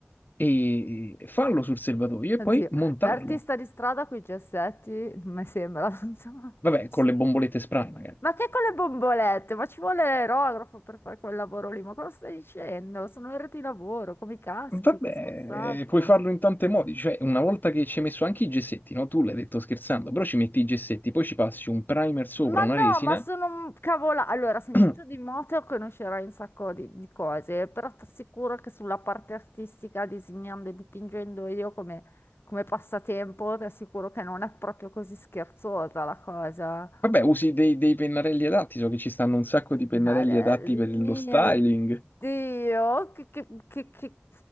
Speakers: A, on the left; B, on the left.
A: e farlo sul serbatoio e
B: oddio,
A: poi montarlo.
B: l'artista di strada con i gessetti, non mi sembra. <laughs>
A: Vabbè, con le bombolette spray magari.
B: Ma che con le bombolette? Ma ci vuole l'aerografo per fare quel lavoro lì? Ma cosa stai dicendo? Sono ore di lavoro, come i caschi,
A: Vabbè,
B: costa un sacco.
A: puoi farlo in tanti modi, cioè una volta che ci hai messo anche i gessetti, no? Tu l'hai detto scherzando, però ci metti i gessetti, poi ci passi un primer sopra,
B: Ma no,
A: una resina
B: ma sono cavola. Allora, senti,
A: <clears throat>
B: tu di moto conoscerai un sacco di, di cose, però ti assicuro che sulla parte artistica, disegnando e dipingendo io come, come passatempo, ti assicuro che non è proprio così scherzosa la cosa.
A: Vabbè, usi dei, dei pennarelli adatti, so che ci stanno un sacco di pennarelli
B: Marelli,
A: adatti per
B: mio
A: lo styling.
B: Dio, che, che, che, che...